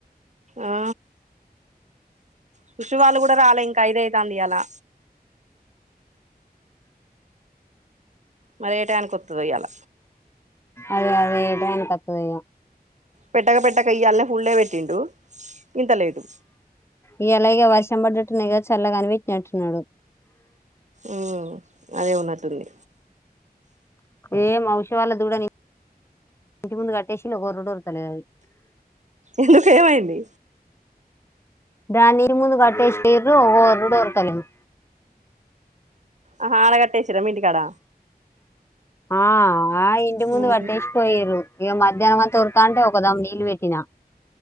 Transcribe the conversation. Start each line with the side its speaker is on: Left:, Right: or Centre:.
Right: ఆ సుష్షూ వాళ్ళు గుడ రాలే ఇంకా ఐదయితాంది ఇయాలా. మరి ఏ టైయానికి వత్తదో ఇయాల
Left: అదే అదే ఏ టయానిత్తదో ఇగ.
Right: పెట్టక పెట్టక ఇయ్యాలనే ఫుల్డే పెట్టిండు, ఇంతలేటు
Left: ఇయాల ఇగ వర్షం పడ్డట్టున్నయి కదా, చల్లగా అని పెట్టినట్టున్నడు.
Right: ఉమ్ అదే ఉన్నట్టుంది.
Left: ఏం ఔష వాళ్ళ దూడని ఇంటి ముందు కట్టేసిండు, ఇగ ఒర్రుడు ఒర్రుతలేదది.
Right: ఎందుకు ఏమైంది?
Left: దాని ముందు కట్టేసి పోయిర్రు, ఇగ ఒర్రుడు ఒర్రుతలేదది.
Right: అహా ఆడ కట్టేసిండ్రా మీ ఇంటికాడ
Left: ఆ ఆ ఇంటి ముందు
Right: ఉమ్
Left: కట్టేసి పోయర్రు. ఇగ మధ్యాహ్నం అంతా ఓర్రుతా అంటే ఒకదమ్ము నీళ్ళు పెట్టినా.